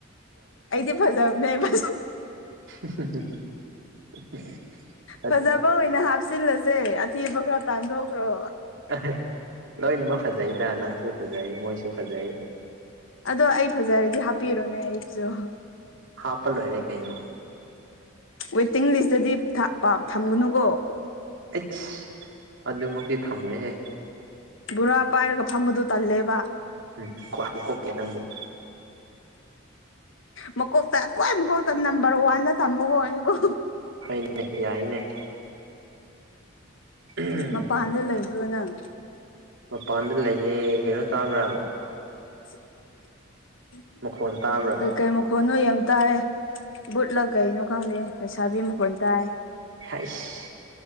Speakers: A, on the left; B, on the right.
A: ꯑꯩꯗꯤ ꯐꯖꯕꯅꯦꯕ
B: ꯍꯝ ꯍꯥ ꯍꯥ ꯍ
A: ꯐꯖꯕ ꯑꯣꯏꯅ ꯍꯥꯞꯆꯤꯜꯂꯁꯦ ꯑꯊꯤꯕ ꯈꯔ ꯇꯥꯟꯊꯣꯛꯈ꯭ꯔꯣ
B: ꯑꯍ ꯂꯣꯏꯅꯃꯛ ꯐꯖꯩꯗ ꯅꯪꯁꯨ ꯐꯖꯩ ꯃꯣꯏꯁꯨ ꯐꯖꯩ
A: ꯑꯗꯣ ꯑꯩ ꯐꯖꯔꯗꯤ ꯍꯥꯞꯄꯤꯔꯣꯅꯦ ꯑꯩꯁꯨ
B: ꯍꯥꯞꯄ ꯂꯣꯏꯔꯦ ꯀꯩꯅꯣ
A: ꯋꯦꯇꯤꯡ ꯂꯤꯁꯇꯗꯤ ꯊꯥ ꯄꯥꯝ ꯊꯝꯒꯅꯨꯀꯣ
B: ꯑꯩꯠꯁ ꯑꯗꯨꯃꯛꯇꯤ ꯊꯝꯃꯣꯏꯍꯦ
A: ꯕꯣꯔꯥ ꯄꯥꯏꯔꯒ ꯐꯝꯕꯗꯨ ꯇꯜꯂꯦꯕ
B: ꯎꯝ <unintelligible> ꯅꯪꯕꯣ
A: ꯃꯀꯣꯛꯇ ꯀ꯭ꯋꯥꯏ ꯃꯀꯣꯛꯇ ꯅꯝꯕꯔ ꯋꯥꯟꯗ ꯊꯝꯃꯣꯀꯣ ꯑꯩꯕꯨ
B: ꯍꯩꯅꯦ ꯌꯥꯏꯅꯦ ꯎꯍꯨꯝ
A: ꯃꯄꯥꯟꯗ ꯂꯩꯕ꯭ꯔꯣ ꯅꯪ
B: ꯃꯄꯥꯟꯗ ꯂꯩꯌꯦ ꯀꯩꯅꯣ ꯇꯥꯕ꯭ꯔꯥ
A: <inaudible>
B: ꯃꯈꯣꯟ ꯇꯥꯕ꯭ꯔꯥ
A: ꯀꯩ ꯃꯈꯣꯟꯅꯣ ꯌꯥꯝ ꯇꯥꯌꯦ ꯕꯨꯠꯂ ꯀꯩꯅꯣ ꯈꯪꯗꯦ ꯂꯩꯁꯥꯕꯤ ꯃꯈꯣꯟ ꯇꯥꯏ
B: ꯍꯩꯁ